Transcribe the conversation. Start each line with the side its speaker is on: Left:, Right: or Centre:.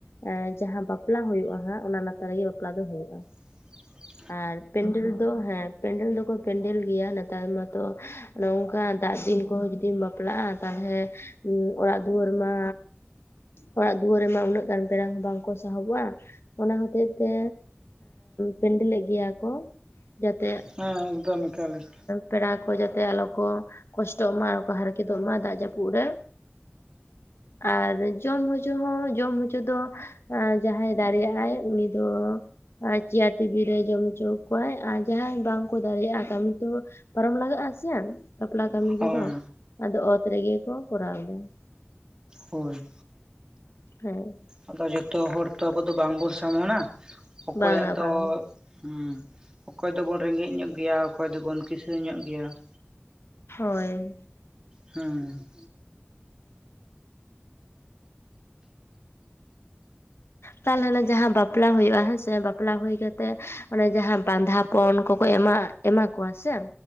Left: ᱦᱮ ᱡᱟᱦᱟᱸ ᱵᱟᱯᱞᱟ ᱦᱩᱭᱩᱜᱼᱟ ᱦᱟᱸᱜ ᱾ ᱚᱱᱟ ᱞᱟᱛᱟᱨ ᱨᱮᱜᱮ ᱵᱟᱯᱞᱟ ᱫᱚ ᱦᱩᱭᱩᱜᱼᱟ ᱾
Right: <unintelligible>
Left: ᱟᱨ ᱯᱮᱱᱰᱮᱞ ᱫᱚ ᱦᱮᱸ ᱯᱮᱱᱰᱮᱞ ᱫᱚᱠᱚ ᱯᱮᱱᱰᱮᱞ ᱜᱮᱭᱟ ᱾ ᱱᱮᱛᱟᱨ ᱢᱟᱛᱚ ᱱᱚᱝᱠᱟ ᱫᱟᱜ ᱫᱤᱱ ᱠᱚᱦᱚᱸ ᱡᱩᱫᱤᱢ ᱵᱟᱯᱞᱟᱜᱼᱟ ᱾ ᱛᱟᱦᱚᱞᱮ ᱚᱲᱟᱜ ᱫᱩᱣᱟᱹᱨ ᱢᱟ ᱚᱲᱟᱜ ᱫᱩᱣᱟᱹᱨ ᱨᱮᱢᱟ ᱩᱱᱟᱹᱜ ᱜᱟᱱ ᱯᱮᱲᱟ ᱦᱚᱸ ᱵᱟᱝᱠᱚ ᱥᱟᱦᱚᱵᱚᱜᱼᱟ ᱾ ᱚᱱᱟ ᱦᱚᱛᱮ ᱛᱮ ᱯᱮᱱᱰᱮᱞᱮᱫ ᱜᱮᱭᱟ ᱠᱚ ᱾ ᱡᱮᱛᱮ
Right: ᱦᱮᱸ ᱮᱠᱫᱚᱢ ᱮᱠᱟᱞ ᱮᱠᱟᱞ
Left: ᱯᱮᱲᱟ ᱠᱚ ᱡᱟᱛᱮ ᱟᱞᱚ ᱠᱚ ᱠᱚᱥᱴᱚᱜ ᱢᱟ ᱟᱨ ᱠᱚ ᱦᱟᱨᱠᱮᱛᱚᱜ ᱢᱟ ᱫᱟᱜ ᱡᱟᱹᱯᱩᱫ ᱨᱮ ᱾ ᱟᱨ ᱡᱚᱢ ᱦᱚᱪᱚ ᱦᱚᱸ ᱡᱚᱢ ᱦᱚᱪᱚ ᱫᱚ ᱡᱟᱦᱟᱸᱭ ᱫᱟᱲᱮᱭᱟᱜ ᱟᱭ ᱩᱱᱤ ᱫᱚ ᱪᱮᱭᱟᱨ ᱴᱮᱵᱤᱞ ᱨᱮ ᱮ ᱡᱚᱢ ᱦᱚᱪᱚ ᱠᱚᱣᱟᱭ ᱟᱨ ᱡᱟᱦᱟᱸᱭ ᱵᱟᱝᱠᱚ ᱫᱟᱲᱮᱭᱟᱜᱼᱟ ᱾ ᱠᱟᱹᱢᱤ ᱛᱚ ᱯᱟᱨᱚᱢ ᱞᱟᱜᱟᱜᱼᱟ ᱥᱮ ᱾ ᱵᱟᱯᱞᱟ ᱠᱟᱹᱢᱤ
Right: ᱦᱮᱸ
Left: ᱠᱚᱫᱚ ᱾ ᱟᱫᱚ ᱚᱛ ᱨᱮᱜᱮ ᱠᱚ ᱠᱚᱨᱟᱣ ᱮᱫᱟ ᱾
Right: ᱦᱳᱭ
Left: ᱦᱮᱸ
Right: ᱟᱫᱚ ᱡᱚᱛᱚ ᱦᱚᱲ ᱛᱚ ᱟᱵᱚ ᱫᱚ ᱵᱟᱝᱵᱚᱱ ᱥᱚᱢᱟᱱᱟ ᱾ ᱚᱠᱚᱭᱟᱜ
Left: ᱵᱟᱝᱟ
Right: ᱫᱚ
Left: ᱵᱟᱝᱟ
Right: ᱦᱮᱸ ᱚᱠᱚᱭ ᱫᱚᱵᱚᱱ ᱨᱮᱸᱜᱮᱡ ᱧᱚᱜ ᱜᱮᱭᱟ ᱾ ᱚᱠᱚᱭ ᱫᱚᱵᱚᱱ ᱠᱤᱥᱟᱹᱬ ᱧᱚᱜ ᱜᱮᱭᱟ ᱾
Left: ᱦᱳᱭ
Right: ᱦᱮᱸ
Left: ᱛᱟᱦᱟᱞᱮ ᱱᱟᱜ ᱡᱟᱦᱟᱸ ᱵᱟᱯᱞᱟ ᱦᱩᱭᱩᱜᱼᱟ ᱾ ᱦᱮᱸ ᱥᱮ ᱵᱟᱯᱞᱟ ᱦᱩᱭ ᱠᱟᱛᱮᱜ ᱢᱟᱱᱮ ᱡᱟᱦᱟᱸ ᱵᱟᱸᱫᱷᱟᱯᱚᱱ ᱠᱚᱠᱚ ᱮᱢᱟ ᱾ ᱮᱢᱟ ᱠᱚᱣᱟ ᱥᱮ